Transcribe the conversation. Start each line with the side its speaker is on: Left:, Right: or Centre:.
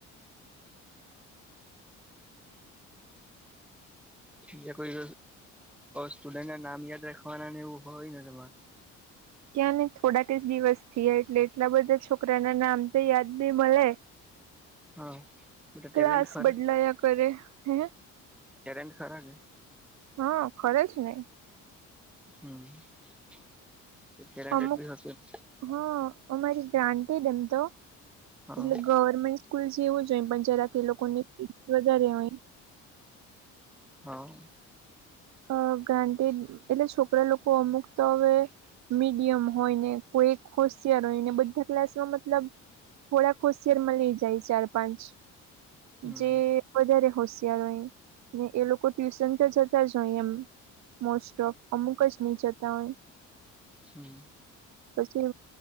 Centre: જે કોઈ સ્ટુડન્ટ ના નામ યાદ રાખવાના ને એવું હોય ને તમારે.
Right: ક્યાંને થોડાક જ દિવસ થયા એટલે એટલા બધા છોકરાના નામ તો યાદ બી મળે
Centre: હા બધા ટેલેન્ટ
Right: ક્લાસ
Centre: ખરા
Right: બદલાયા કરે હે
Centre: ટેરન્ટ ખરા કે
Right: હા ખરે છે ને
Centre: હમ કેરાેડ
Right: અમુક
Centre: ભી હશે.
Right: હા અમારી ગ્રાન્ટ જ એમ તો
Centre: હા
Right: એટલે ગવર્મેન્ટ. સ્કૂલ જેવું જ હોય પણ જરા કે લોકો ની ફી વધારે હોય.
Centre: હા.
Right: અ ગાં્ટ એટલે છોકરા લોકો અમુક તો હવે. મીડિયમ હોય ને કોઈ હોશિયાર હોય ને બધા ક્લાસમાં મતલબ. થોડા ખુશિયારમાં લઈ જાય ચાર પાંચ.
Centre: હમ
Right: જે વધારે હોશિયાર હોય ને એ લોકો ટ્યુશન તો જતા જ. જો એમ મોસ્ટ ઓફ અમુક જ નહીં જતા હોય.
Centre: હમ.
Right: પછી